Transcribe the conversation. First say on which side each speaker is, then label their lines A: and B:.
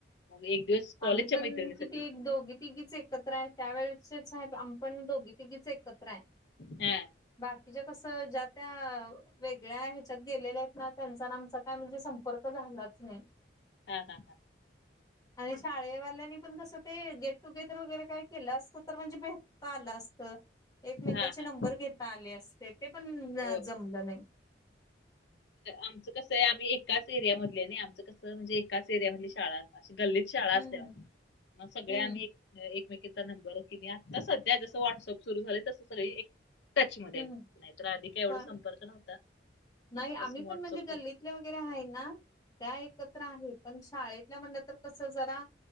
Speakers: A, on the left; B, on the left.
A: मग एक दिवस कॉलेजच्या
B: आम्ही पण
A: मैत्रिणीसाठी
B: किती एक दोघी तिघीच एकत्र आहे, त्यावेेळेचेच आहेत. आम्ही पण दोघी तिघीच एकत्र आहे.
A: हा.
B: बाकीच्या कसं, ज्या त्या वेगळ्या आहेत. त्या गेलेल्या आहेत ना, त्यांचा आमचा काय म्हणजे संपर्क झालाच नाही.
A: हा हा हां.
B: आणि शाळेवाल्यांनी पण कसं ते गेट टुगेदर वगैरे काय केलं असतं, तर म्हणजे भेट ता आलं असतं. एकमेकाचे
A: हा हा
B: नंबर घेता आले असते, ते पण
A: हो
B: जमलं
A: हो
B: नाही.
A: आमचं कसं आहे, आम्ही एकाच एरिया मधले नाही, आमचं कसं म्हणजे एकाच एरियामधली शाळा. अशी गल्लीत शाळा
B: हम्म
A: असल्या, मग सगळे
B: हम्म
A: आम्ही एकमेकीचा नंबर कि नाही. आता सध्या जसं व्हॉट्सअप सुरू झालं तसं सगळी टचमध्ये
B: हम्म.
A: आहे. नाही तर आधी काही एवढा
B: पण
A: संपर्क नव्हता. जेव्हापासून
B: नाही आम्ही
A: व्हॉट्सअप
B: पण म्हणजे गल्लीतल्या वगैरे आहे ना. त्या एकत्र आहे. पण शाळेतल्या म्हणलं तर कसं जरा,